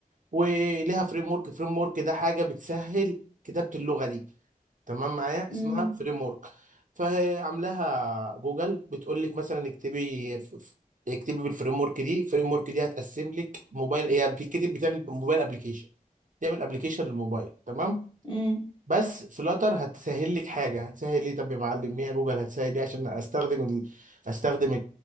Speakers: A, on the right; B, on the left.
A: وليها فريم ورك فريم ورك ده حاجه بتسهل كتابه اللغه دي تمام معايا
B: امم
A: اسمها فريم ورك فهي عاملاها جوجل بتقول لك مثلا اكتبي ف- ف- اكتبي بالفريم ورك دي الفريم ورك دي هتقسم لك موبايل هي بتكتب بتعمل موبايل ابلكيشن تعمل ابلكيشن للموبايل تمام
B: امم امم
A: بس فلاتر هتسهل لك حاجه هتسهل ليه طب يا معلم ميا جوجل هتسهل ليه عشان استخدم ال... استخدم